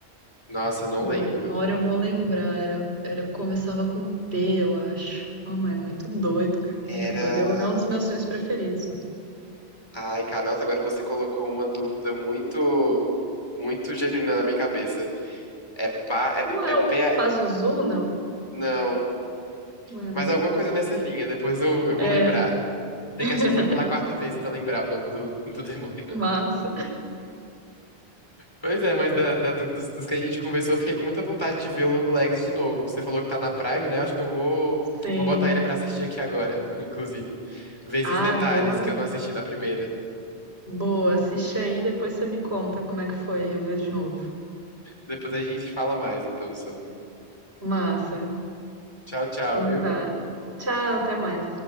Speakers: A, on the left; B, on the right.
A: Nossa, eu não
B: Vou-
A: lembro.
B: uma hora eu vou lembrar, era, era começava com P, eu acho. Não, mas é muito doido, cara,
A: Era.
B: muito doido. Eu- É um dos meus filmes preferidos.
A: Ai, cara, nossa, agora você colocou uma dúvida muito, muito genuína na minha cabeça. É pá, é,
B: Não é
A: é pé.
B: o Pazuzu, não?
A: Não.
B: Não é,
A: Mas
B: né?
A: alguma coisa nessa linha, depois eu, eu
B: É,
A: vou lembrar. Tem
B: <laughs>
A: que assistir o filme pela quarta vez pra lembrar o nome do, do demônio.
B: massa.
A: Pois é, mas da- da- do- dos, dos que a gente conversou, eu fiquei com muita vontade de ver o Long Legs de novo. Você falou que tá na Prime, né? Eu acho que eu vou,
B: Sim.
A: vou botar ele pra assistir aqui agora, <laughs> inclusive. Ver esses
B: Ah,
A: detalhes
B: boa.
A: que eu não assisti na primeira.
B: Boa, assiste aí, depois você me conta como é que foi, eu ver de novo.
A: Depois a gente fala mais, então, sobre.
B: Massa.
A: Tchau, tchau,
B: Então
A: viu?
B: tá. Tchau, até mais.